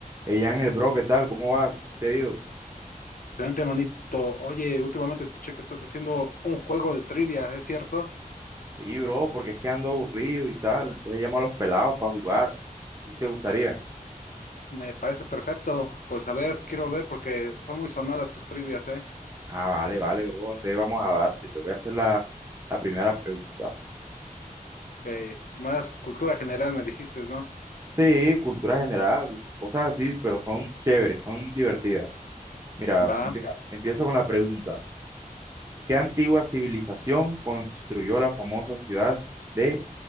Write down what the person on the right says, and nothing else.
Ey, Ángel, bro, ¿qué tal? ¿Cómo vas? ¿Cómo te ha ido?
Sí, bro, porque es que ando aburrido y tal. Entonces llamo a los pelados para jugar. No sé si te gustaría.
Ah, vale, vale, bro. Entonces vamos a darle. Te voy a hacer la, la primera pregunta.
Sí, cultura general, cosas así, pero son chéveres, son divertidas. Mira,
empiezo,
empiezo con la pregunta. ¿Qué antigua civilización construyó la famosa ciudad de